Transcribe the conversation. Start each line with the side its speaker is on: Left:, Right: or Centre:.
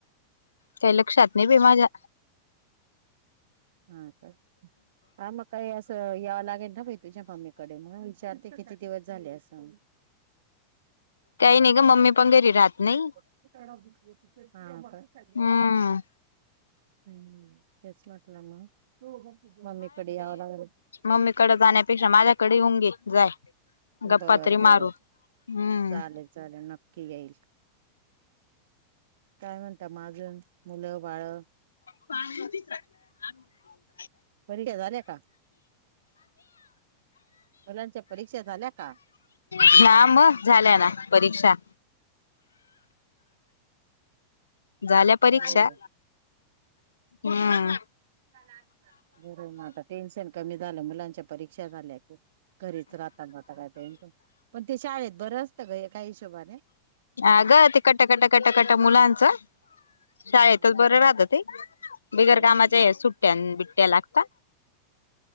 Left: काही लक्षात नाही बी माझ्या.
Right: हा का? हा मग काही असं यावं लागेल ना बाई तुझ्या मम्मीकडे, म्हणून विचारते किती दिवस झाले असं.
Left: काही नाही ग मम्मी पण घरी राहत नाही
Right: <unintelligible> हा का?
Left: हम्म
Right: हम्म तेच म्हटलं मग, मम्मीकडे यावं लागल.
Left: मम्मीकडं जाण्यापेक्षा माझ्याकडे येऊन गे जाय. गप्पा
Right: बर
Left: तरी
Right: बरं
Left: मारू हम्म
Right: चालेल चालेल नक्की येईल. काय म्हणता मग अजून मुलं बाळं?
Left: <unintelligible>
Right: परीक्षा झाल्या का? मुलांच्या परीक्षा झाल्या का?
Left: हा मग झाल्या ना परीक्षा. झाल्या परीक्षा?
Right: बरोबर. <unintelligible>
Left: हम्म
Right: टेन्शन कमी झालं, मुलांच्या परीक्षा झाल्या कि. करीत राहता मं आता <unintelligible> पण ते शाळेत बरं असतं गं एका हिशोबाने.
Left: आगं ते कट, कट, कट मुलांचं. शाळेतच
Right: हम्म.
Left: बरे राहतं, ते बिगर
Right: ते असतं
Left: कामाच्या ह्या सूट ट्यां बिट्ट्या लागतात.